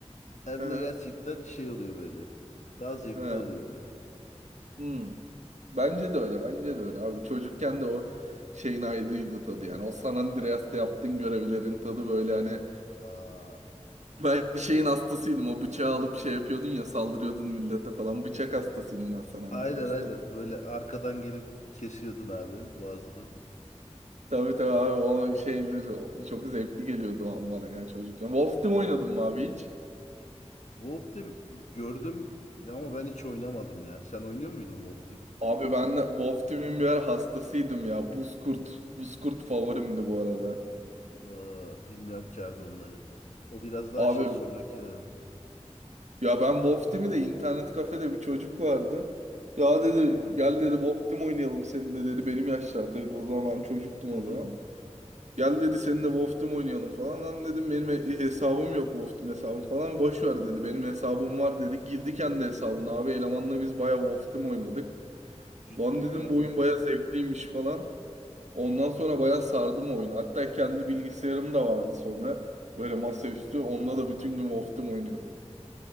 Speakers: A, on the left; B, on the right.
A: hem
B: <laughs>
A: de gerçekten
B: He,
A: şey oluyor böyle. Daha zevkli
B: he.
A: oluyor böyle.
B: Hmm. Bence de öyle. Bence de öyle abi. Çocukken de o şeyin ayrıydı tadı yani. O San Andreas'ta yaptığın görevlerin tadı böyle hani
A: Aa,
B: <laughs> ben şeyin hastasıydım. O bıçağı alıp şey yapıyordun ya saldırıyordun millete falan. Bıçak hastasıydım ben San Andreas'ta.
A: aynen aynen. Böyle arkadan gelip kesiyordun abi boğazını.
B: Tabii tabii abi o şeyler o- çok zevkli geliyordu o an bana ya çocukken. Wolf Team oynadım mı abi hiç?
A: Wolf Team gördüm ya ama ben hiç oynamadım ya. Sen oynuyor muydun Wolf Team?
B: Abi ben de Wolf Team'in birer hastasıydım ya. Buzkurt, Buzkurt favorimdi bu arada.
A: Aa, bilmiyorum ki abi onları. O biraz daha
B: Abi
A: şey sonraki... Hı
B: ya ben Wolf Team'i de internet kafede bir çocuk vardı. Ya dedi
A: hı.
B: gel dedi Wolf Team oynayalım seninle dedi. Benim yaşlardaydı o zaman ben çocuktum
A: Hı hı.
B: o zaman. Gel dedi seninle Wolf Team oynayalım falan. Lan dedim benim he- hesabım yok Wolf Team hesabım falan. Boş ver dedi benim hesabım var dedi. Girdi kendi hesabına abi elemanla biz baya Wolf Team oynadık.
A: Ciddi
B: Lan dedim
A: mi ya?
B: bu oyun baya zevkliymiş falan. Ondan sonra bayağı sardım oyunu. Hatta kendi bilgisayarım da vardı sonra. Böyle masaüstü. Onda da bütün gün Wolf'tum oynuyordum.